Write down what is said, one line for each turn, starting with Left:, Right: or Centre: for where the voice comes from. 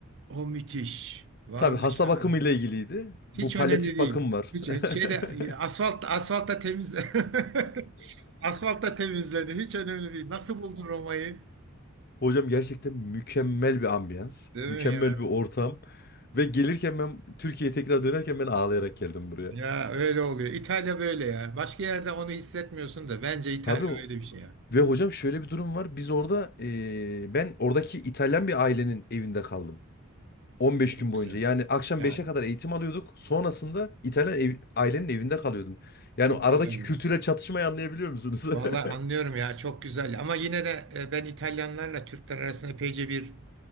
Right: O müthiş. Vallahi
Left: Tabii hasta
Right: şahane.
Left: bakımıyla ilgiliydi.
Right: Hiç
Left: Bu palyatif
Right: önemli değil.
Left: bakım var.
Right: Hiç şeyde
Left: <laughs>
Right: asfalt asfaltta temiz <laughs> asfaltta temizledi. Hiç önemli değil. Nasıl buldun Roma'yı?
Left: Hocam gerçekten mükemmel bir ambiyans,
Right: Değil
Left: mükemmel
Right: mi ya?
Left: bir ortam ve gelirken ben Türkiye'ye tekrar dönerken ben ağlayarak geldim buraya.
Right: Ya öyle oluyor. İtalya böyle ya. Başka yerde onu hissetmiyorsun da bence İtalya
Left: Tabii o-
Right: öyle bir şey ya.
Left: ve hocam şöyle bir durum var. Biz orada eee, ben oradaki İtalyan bir ailenin evinde kaldım. 15
Right: Çok
Left: gün boyunca.
Right: güzel.
Left: Yani akşam
Right: Yani
Left: 5'e kadar eğitim alıyorduk. Sonrasında İtalyan ev- ailenin evinde kalıyordum. Yani
Right: çok
Left: aradaki
Right: güzel.
Left: kültürel çatışmayı anlayabiliyor musunuz?
Right: Vallahi anlıyorum
Left: <laughs>
Right: ya çok güzel. Ama yine de e, ben İtalyanlarla Türkler arasında epeyce bir